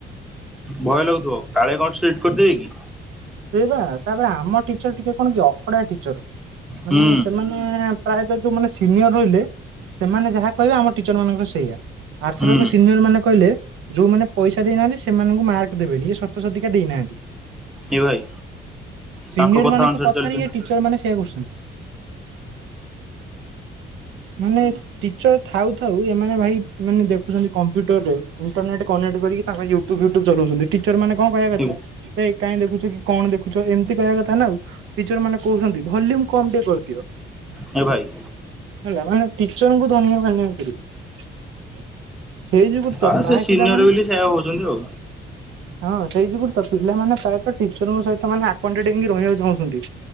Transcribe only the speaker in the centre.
ଭୟ ଲାଗୁଥିବ। କାଳେ କଣ ଷ୍ଟେଟ୍ କରିଦେବେ କି?
ହୁଁ
ହୁଁ
ଏ ଭାଇ
ତାଙ୍କ କଥା
ଅନୁସାରେ
ଚାଲିଛନ୍ତି
ହୁଁ
ହେ ଭାଇ।
ଆ
ସେ ସିନିୟର
ବୋଲି ସେୟା ହଉଛନ୍ତି ଆଉ